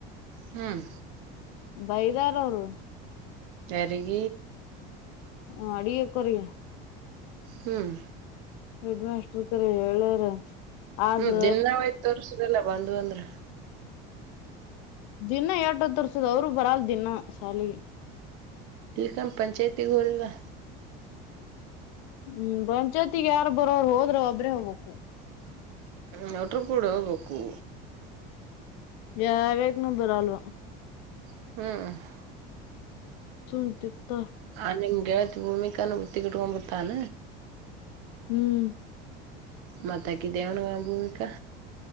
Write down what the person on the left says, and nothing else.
ಬೈದಾರ ಅವರು
ಹ ವರ್ಡಿ ಅಕ್ಯಾರೆ
ಹೆಡ್ ಮಾಸ್ಟರ್ ಕರ ಹೇಳಾರ ಆದ್ರ
ದಿನ ಎಟತ್ತು ತರ್ಸದ ಅವರು ಬರಲ್ ದಿನ ಸಾಲಿಗೆ
ಹ್ಮ್ ಪಂಚಾಯ್ತಿ ಯಾರು ಬರೋರು ಹೋದ್ರ ಒಬ್ಬ್ರೇ ಹೋಗ್ಬೇಕು
ಯಾವಾವಾಗನುೂ ಬರಲ್ವಾ
ಚಂಟ ತಪ್ಪ
ಹ್ಮ್